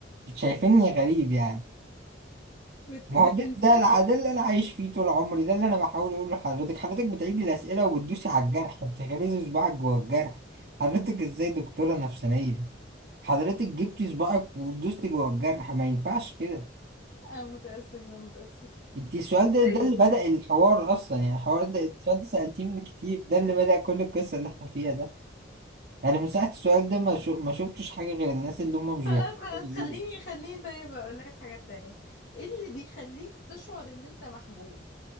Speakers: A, on the right; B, on the left.
A: شايفيني غريب يعني
B: بت...
A: ما
B: بتنسحب
A: هو ده ده الع- ده اللي انا عايش فيه طول عمري ده اللي انا بحاول اقوله لحضرتك حضرتك بتعيدي الاسئله وبتدوسي على الجرح بتغرزي صباعك جوه الجرح حضرتك ازاي دكتوره نفسانيه حضرتك جبتي صباعك ودوستي جوه الجرح ما ينفعش كده
B: اه متأسفة متأسفة
A: انت السؤال ده
B: طيب
A: ده اللي بدأ الحوار اصلا يعني الحوار ده السؤال ده سألتيه من كتير ده اللي بدأ كل القصه اللي احنا فيها ده يعني من ساعه السؤال ده ما شو ما شفتش حاجه غير الناس اللي هم مش
B: خلاص
A: بيحبوا
B: خلاص خليني خليني طيب اقول لك حاجة تانية ايه اللي بيخليك تشعر ان انت محبوب